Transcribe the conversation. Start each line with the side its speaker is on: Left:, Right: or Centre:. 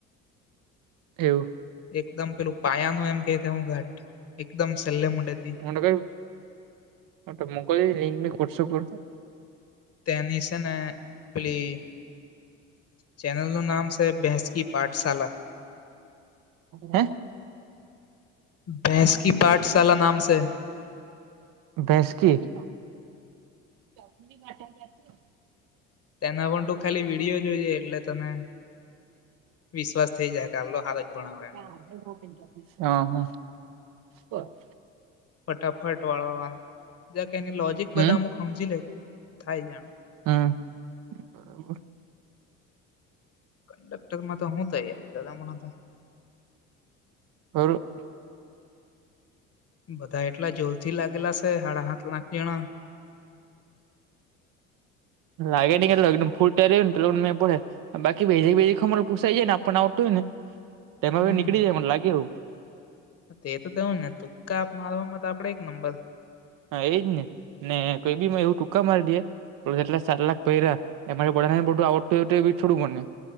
Right: એવું
Left: એકદમ પેલું પાયા નું એમ કે તવું ઘટ એકદમ સલ્લે મુંડેથી
Right: મને કઈ મોકલની લિંકમીંક વોટ્સઅપ પર
Left: તેની છે ને પલી ચેનલ નું નામ છે બેસકીપ પાઠશાળલા
Right: હે...
Left: ભૈંસકી પાઠશાલા નામ છે.
Right: ભેંસટી - હી <unintelligible>
Left: તેના પણ ત ખાલી વિડીયો જોઈએ એટલે તને- વિશ્વાસ થઈ જાય આલો હારો- ભણાવે
Right: હઅ-
Left: એમ ફટાફટ વાળા કે એની લોજીક
Right: હમ
Left: બધા અમુક હમજી લેતા થાય જાણે-
Right: હા બરાબ-
Left: કંડક્ટર માં તો હું તૈયારી કરણા હતા-
Right: એ <unintelligible>
Left: બધા એટલા જોલથી લાગેલા છે હાડા હાથ લખ જણા-
Right: લાગે નહી કેટું એકદમ ફૂટે રહ્યું નેટનેં પડે- બાકી વેજી બેજી ખરું પુસાઈ જાય ને આપણને આવતું હોય ને તેમાં
Left: હમ
Right: નીકળી જાય મને લાગે એવુ -
Left: તે તો તેવું ને તુક્કા આપ મારવામાં તો આપડે એક નંબર-
Right: હા એજ ને ને કોઈ બી માં એવું ટૂંકા મારી દે જેટલા સાત લાખ ભયરા- એમાંથી બધાને આવડતું હોય થોડું બને-